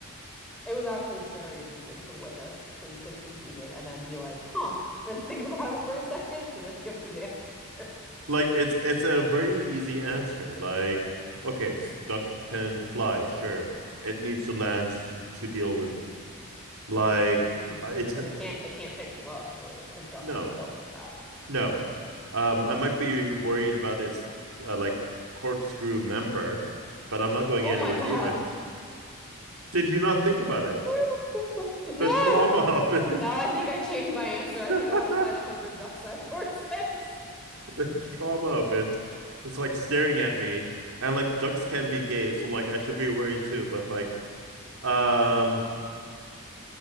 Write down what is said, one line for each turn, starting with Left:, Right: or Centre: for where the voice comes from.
Centre: It was actually very amusing to witness because his confusion and then be like, huh, <laughs> and then think about it for a second and then give his answer. <laughs>
Right: Like it's it's a very easy answer. Like, okay, s- duck can fly, sure. It needs to land to, to deal with me. Like,
Centre: This is true. hmm
Right: uh, it
Centre: Because it can't it can't pick you up really because ducks
Right: no,
Centre: aren't built like that.
Right: no. Um, I might be worried about its uh, like corkscrew member, but I'm not going
Centre: Oh
Right: anywhere
Centre: my God.
Right: near it. Did you not think about
Centre: <laughs>
Right: it?
Centre: Woo! No.
Right: The trauma of it.
Centre: Now I think I changed my answer. I
Right: <laughs>
Centre: think I want to fight a hundred duck-sized horses. <laughs> I
Right: The trauma of it. It's like staring at me. And like ducks can be gay, so like I should be worried too, but like um